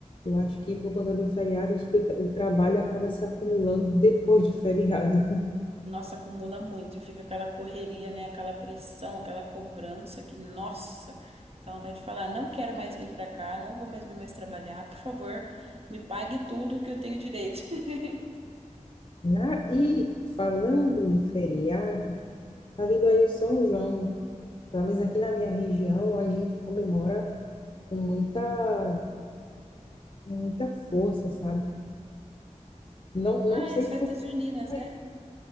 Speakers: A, on the left; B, on the right.
A: Eu acho que por conta do feriado, acho que o, tra- o trabalho acaba se acumulando depois do feriado. <laughs>
B: Nossa, acumula muito e fica aquela correria, né? Aquela pressão, aquela cobrança que, nossa, dá vontade de falar, não quero mais vir pra cá, não vou mais vir mais trabalhar, por favor, me pague tudo que eu tenho direito. <laughs>
A: Na, e falando em feriado, tá vindo aí o São João. Pelo menos aqui na minha região, a gente comemora com muita, com muita força, sabe? Não, não
B: Ai,
A: sei
B: as festas
A: se você
B: juninas,
A: tá
B: né?
A: aí.